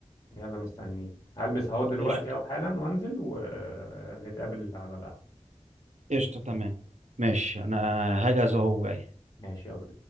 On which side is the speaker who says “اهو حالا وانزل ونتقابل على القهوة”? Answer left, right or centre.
Left